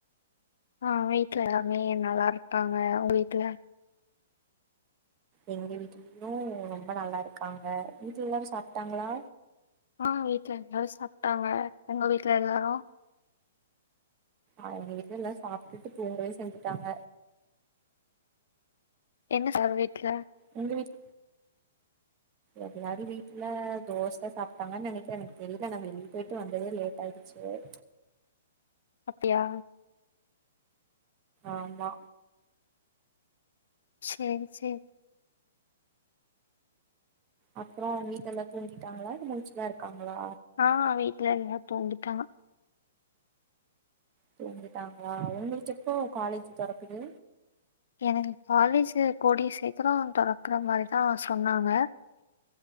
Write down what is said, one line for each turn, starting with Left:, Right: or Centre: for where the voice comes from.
Left: ஆ வீட்ல எல்லாமே நல்லாருக்காங்க உங்க வீட்ல
Right: எங்க வீட்லயு ரொம்ப நல்லாருக்காங்க வீட்ல எல்லாரு சாப்ட்டாங்களா
Left: ஆ வீட்ல எல்லாரு சாப்ட்டாங்க உங்க வீட்ல எல்லாரு
Right: அவுங்க வீட்ல எல்லா சாப்ட்டுட்டு தூங்கவே செஞ்சுட்டாங்க
Left: என்ன சார் வீட்ல
Right: உங்க வீட் எல்லாரு வீட்ல தோச சாப்ட்டாங்கன் நெனக்கிற எனக்கு தெரில நா வெளிய போய்ட்டு வந்ததே லேட் ஆயிருச் செர்
Left: அப்டியா
Right: ஆமா
Left: செரி செரி
Right: அப்றம் உங்க வீட்ல எல்லா தூங்கிட்டாங்களா இல்ல முழுச்சுதா இருக்காங்களா
Left: ஆ வீட்ல எல்லா தூங்கிட்டாங்க
Right: தூங்கிட்டாங்ளா உங்களுக்கு எப்போ காலேஜ் தெறக்குது
Left: எனக்கு காலேஜு கூடிய சீக்கிர தொறக்குற மாரி தா சொன்னாங்க